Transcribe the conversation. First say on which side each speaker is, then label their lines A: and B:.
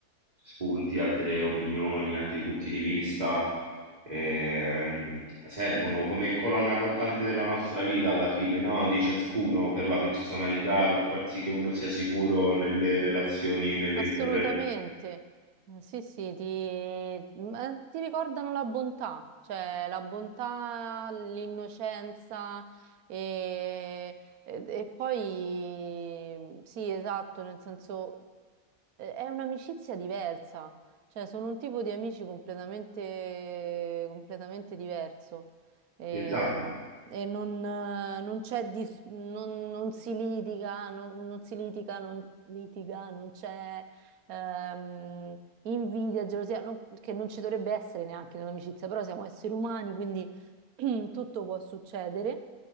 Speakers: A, on the right; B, on the right.
A: spunti, altre opinioni, altri punti di vista. ehm, servono come colonna portante della nostra vita alla fine, no? Di ciascuno per la personalità, per far sì che uno sia sicuro nelle relazioni, nelle
B: Assolutamente.
A: interrelazioni.
B: Eh, sì, sì, ti, ma ti ricordano la bontà, cioè la bontà, l'innocenza e, e- e poi sì, esatto, nel senso eh, è un'amicizia diversa, cioè sono un tipo di amici completamente, completamente diverso e,
A: Sì, esatto.
B: e non, eh, non c'è dis- non, non si litiga, non, non si litiga, non litiga, non c'è ehm, invidia, gelosia, non- che non ci dovrebbe essere neanche nell'amicizia, però siamo esseri umani, quindi <clears throat> tutto può succedere.